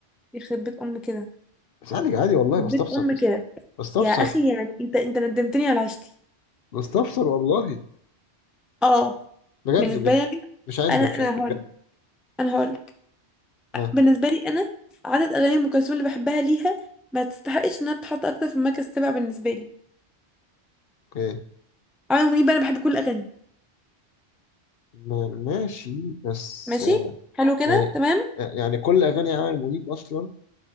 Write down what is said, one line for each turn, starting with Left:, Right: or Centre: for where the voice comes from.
Centre: يخرب بيت ام كده
Left: اسالك عادي والله
Centre: حبيت
Left: بستفسر
Centre: ام
Left: بس
Centre: كده
Left: بستفسر
Centre: يا اخي يعني انت انت ندمتني على عيشتي
Left: بستفسر والله
Centre: اه
Left: بجد
Centre: بالنسبه
Left: بجد
Centre: لي
Left: مش عند
Centre: انا
Left: مش
Centre: انا انا
Left: عند
Centre: هقول
Left: بجد
Centre: انا هقول
Left: اه
Centre: بالنسبه لي انا عدد اغاني ام كلثوم اللي بحبها ليها ما تستحقش انها تتحط اكتر في المركز السابع بالنسبه لي
Left: اوكي
Centre: عمرو منيب بقى انا بحب كل الاغاني
Left: ما- ماشي بس
Centre: ماشي
Left: آه،
Centre: حلو كده
Left: يعني
Centre: تمام
Left: يعني كل اغاني عامر منيب اصلا